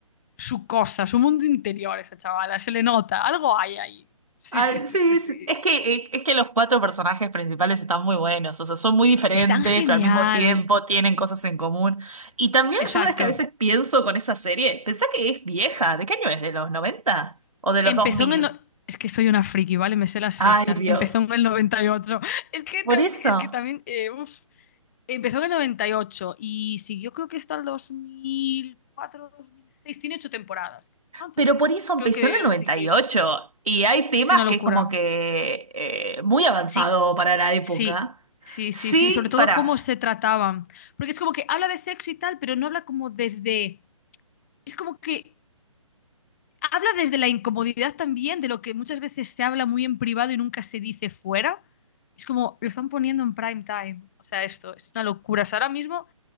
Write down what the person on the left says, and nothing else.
su cosa, su mundo interior esa chavala, se le nota, algo hay ahí. Sí,
sí, sí,
sí, sí.
Es tan genial.
Exacto.
Empezó
en el... no- Es que soy una friki, ¿vale? Me sé las
fechas.
Empezó en el 98. <laughs> Es que
también,
es que también, eh, uf. Empezó en el 98 y ocho y siguió creo que hasta el 2004, 2006. Tiene ocho temporadas, ¿no? Entonces
creo que debió
de
seguir.
Es una locura.
Sí,
sí, sí,
sí, sí. Sobre todo
cómo se trataban. Porque es como que habla de sexo y tal, pero no habla como desde... Es como que habla desde la incomodidad también, de lo que muchas veces se habla muy en privado y nunca se dice fuera. Es como, lo están poniendo en prime time. O sea, esto es una locura. O sea, ahora mismo...